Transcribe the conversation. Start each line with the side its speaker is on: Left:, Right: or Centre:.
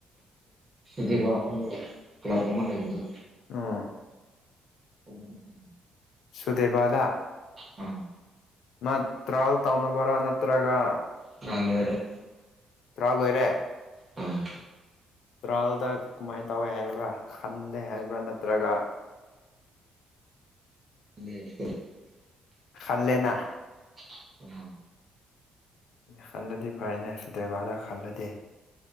Right: ꯗꯦꯕꯥꯕꯥ ꯍꯥꯏꯕ ꯀ꯭ꯂꯕ ꯑꯃ ꯂꯩꯕꯗꯣ
Left: ꯎꯝ
Right: <inaudible>
Left: ꯁꯨꯗꯦꯕꯗ
Right: ꯑꯥ
Left: ꯃꯥ ꯇ꯭ꯔꯥꯜ ꯇꯧꯅꯕꯔꯥ ꯅꯠꯇ꯭ꯔꯒ
Right: ꯇꯔꯥ ꯂꯣꯏꯔꯦ
Left: ꯇꯔꯥ ꯂꯣꯏꯔꯦ
Right: ꯑꯥ
Left: ꯇ꯭ꯔꯥꯜꯗ ꯀꯃꯥꯏꯅ ꯇꯧꯋꯦ ꯍꯥꯏꯕ꯭ꯔꯥ ꯈꯟꯂꯦ ꯍꯥꯏꯕ꯭ꯔꯥ ꯅꯠꯇ꯭ꯔꯒ
Right: <inaudible>
Left: ꯈꯟꯂꯦꯅ
Right: <inaudible>
Left: ꯈꯜꯂꯗꯤ ꯐꯥꯏꯅꯦ ꯁꯨꯗ꯭ꯔꯦꯕꯥꯗ ꯈꯜꯂꯗꯤ